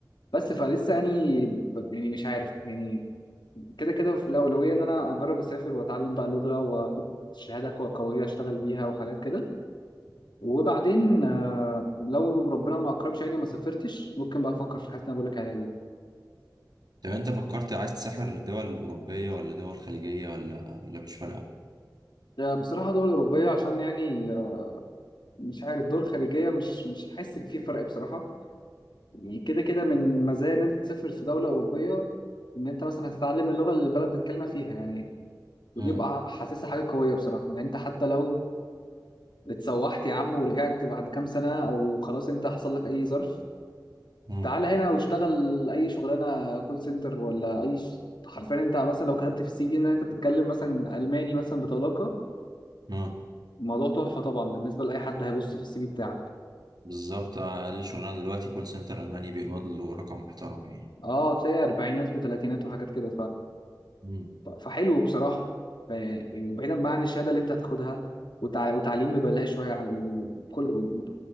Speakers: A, on the left; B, on the right.
A: بس فلسه يعني ب- يعني مش عارف يعني كده كده في الاولويه ان انا اجرب اسافر واتعلم بقى لغه واخد شهاده كو- قويه اشتغل بيها وحاجات كده وبعدين آه، لو ربنا ما اكرمش يعني وما سافرتش ممكن بقى افكر في الحته اللي أنا بقول لك عليها دي
B: طب انت فكرت عايز تسافر دول أوروبية ولا دول خليجية ولا ولا مش فارقة؟
A: آه، بصراحه دول اوروبيه عشان يعني آه، مش عارف دول خارجيه مش مش حاسس إن في فرق بصراحه يعني كده كده من مزايا ان انت تسافر في دوله اوروبيه ان انت مثلا هتتعلم اللغه اللي البلد بيتكلمها فيها يعني ودي
B: امم
A: بقى حاسسها حاجه قويه بصراحه يعني انت حتى لو اتسوحت يا عم ورجعت بعد كام سنه او خلاص انت حصل لك اي ظرف
B: امم
A: تعالى هنا واشتغل اي شغلانه كول سنتر ولا اي ش... حرفيا انت مثلا لو كتبت في السي في ان انت بتتكلم مثلا الماني مثلا بطلاقه
B: امم
A: الموضوع تحفه طبعا بالنسبه لاي حد هيبص في السي في بتاعك
B: بالظبط أقل شغلانة دلوقتي كول سنتر ألماني بيقبض له رقم محترم يعني
A: اه تلاقي اربعينات وثلاثينات وحاجات كده
B: امم
A: ف- فحلو بصراحة ف- يعني وبعيدا بقى عن الشهادة اللي انت هتاخدها وتع- وتعليم ببلاش وهي على- وكل و-